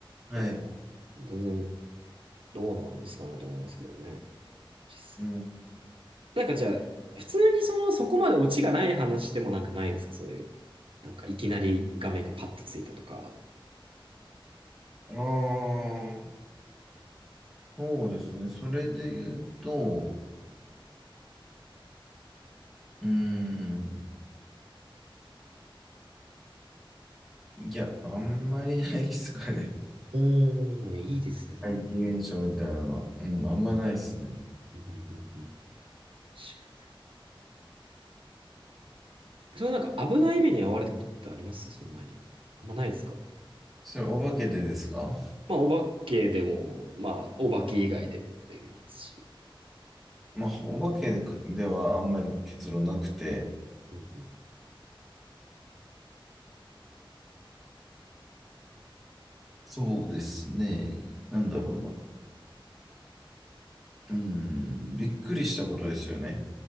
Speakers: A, in the centre; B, on the right.
A: はい。
B: まあ、全然どうなんですかねと思いますけどね。実際
A: うん。
B: なんかじゃあ、普通にその、そこまでオチがない話でもなんかないですかそういう、なんかいきなり画面がパッとついたとか。
A: ああ、そうですね。それで言うと、うーん。いや、あんまりないですかね。
B: おー、いやいいですね。
A: <laughs>
B: その
A: 怪奇現象みたいなのは。うん、あんまないですね。
B: うんうんうんうん確かに確かに。そのなんか危ない目に遭われたことってありますそんなに。あんまないですか
A: それ、お化けでですか
B: まあ、お化けでも、まあ、お化け以外でもでもいいですし。
A: まあ、お化けではあんまり結論なくて、
B: うんうん
A: そうですね。なんだろうな。うーん、びっくりしたことですよね。